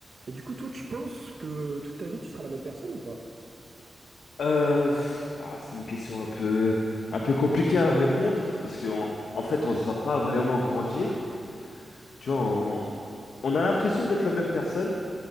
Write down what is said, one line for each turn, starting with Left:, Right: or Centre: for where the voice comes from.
Right: Et du coup, toi, tu penses que toute ta vie, tu seras la même personne ou pas?
Left: Euh, pff, ouah, c'est une question un peu, un peu compliquée à répondre parce que en, en fait, on se voit pas vraiment grandir. Tu vois, on, on a l'impression d'être la même personne,